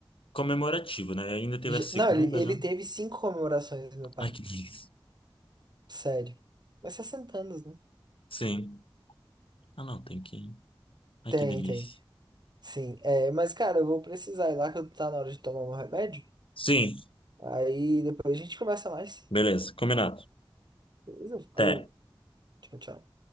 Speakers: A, on the left; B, on the right.
A: comemorativo, né? Ainda teve
B: Je-
A: a segunda
B: Não, ele, ele
A: já.
B: teve cinco comemorações, meu pai.
A: Ai, que delícia.
B: Sério. Mas 60 anos, né?
A: Sim. Ah, não, tem que. Ai,
B: Tem,
A: que delícia.
B: tem. Sim. É, mas, cara, eu vou precisar ir lá que eu- tá na hora de tomar meu remédio.
A: Sim,
B: Aí depois a gente conversa mais.
A: beleza, combinado.
B: Beleza? Falou.
A: Até.
B: Tchau, tchau.